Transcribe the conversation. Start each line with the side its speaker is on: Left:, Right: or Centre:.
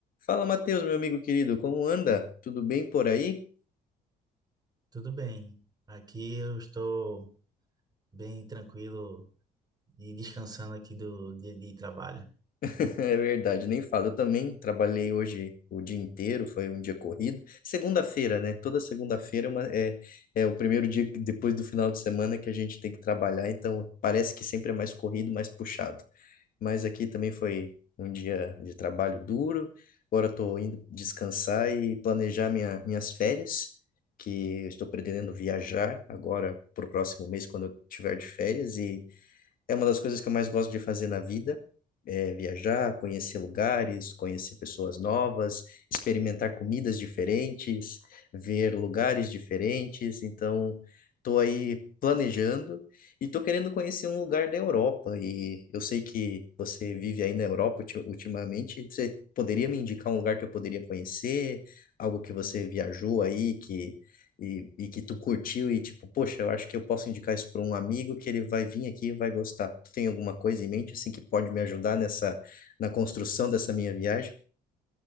Left: Fala, Matheus, meu amigo querido, como anda? Tudo bem por aí?
Right: Tudo bem. Aqui eu estou bem tranquilo e descansando aqui do dia de trabalho.
Left: <laughs> É verdade, nem falo. Eu também trabalhei hoje o dia inteiro, foi um dia corrido. Segunda-feira, né? Toda segunda-feira é, uma- é é o primeiro dia que- depois do final de semana que a gente tem que trabalhar, então parece que sempre é mais corrido, mais puxado. Mas aqui também foi um dia de trabalho duro. Agora estou indo descansar e planejar minha, minhas férias, que eu estou pretendendo viajar agora para o próximo mês, quando eu tiver de férias. e É uma das coisas que eu mais gosto de fazer na vida, é viajar, conhecer lugares, conhecer pessoas novas, experimentar comidas diferentes, ver lugares diferentes. Então, tô aí planejando e tô querendo conhecer um lugar da Europa. E eu sei que você vive aí na Europa ulti- ultimamente. Você poderia me indicar um lugar que eu poderia conhecer? Algo que você viajou aí que e, e que tu curtiu e tipo, poxa, eu acho que eu posso indicar isso para um amigo que ele vai vir aqui e vai gostar. Tu tem alguma coisa em mente assim que pode me ajudar nessa na construção dessa minha viagem?